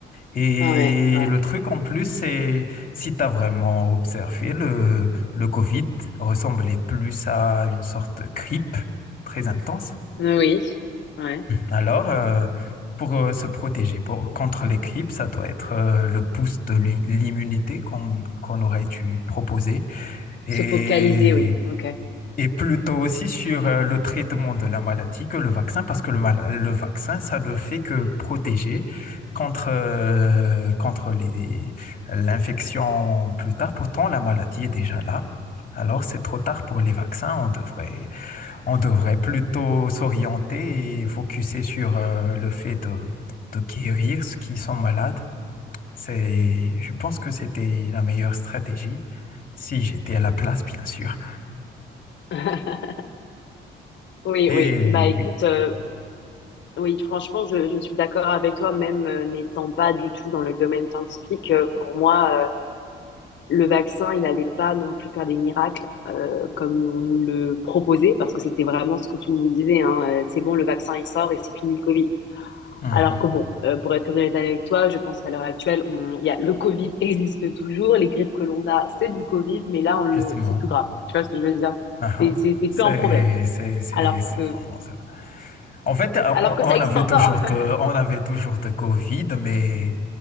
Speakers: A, on the left (about 45°); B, on the left (about 65°).
A: Et
B: Ouais, ouais.
A: le truc en plus, c'est si tu as vraiment observé, le, le Covid ressemblait plus à une sorte de grippe très intense.
B: Oui, ouais.
A: Alors, euh, pour euh, se protéger pour- contre les grippes, ça doit être euh, le pouce de l'im- l'immunité qu'on qu'on aurait dû proposer et,
B: Se focaliser, oui. Ok.
A: et plutôt aussi sur euh, le traitement de la maladie que le vaccin, parce que le, mal- le vaccin, ça ne fait que protéger contre, euh, contre les- l'infection plus tard. Pourtant, la maladie est déjà là. Alors, c'est trop tard pour les vaccins. On devrait on devrait plutôt s'orienter et focuser sur euh, le fait de, de guérir ceux qui sont malades. C'est, je pense que c'était la meilleure stratégie, si j'étais à la place, bien sûr.
B: <laughs> Oui,
A: Et
B: oui. Bah écoute,
A: oui,
B: euh, Oui, franchement, je, je suis d'accord avec toi, même euh, n'étant pas du tout dans le domaine scientifique. euh, pour moi, euh, le vaccin, il n'allait pas non plus faire des miracles euh, comme on nous le proposait, parce que c'était vraiment ce que tout le monde disait, hein, euh, c'est bon, le vaccin, il sort et c'est fini le Covid.
A: mhm,
B: Alors que bon, euh, pour être très honnête avec toi, je pense qu'à l'heure actuelle, on, il y a, le Covid <laughs> existe toujours, les grippes que l'on a, c'est du Covid, mais là, on le,
A: justement,
B: c'est plus grave. Tu vois ce que je veux dire?
A: aha,
B: C'est, c'est, c'est
A: c'est,
B: plus un problème.
A: c'est, c'est,
B: Alors
A: c'est
B: que,
A: vraiment ça. En fait, euh,
B: alors
A: on,
B: que
A: on
B: ça existe
A: avait
B: encore.
A: toujours de,
B: <laughs>
A: on avait toujours de Covid, mais,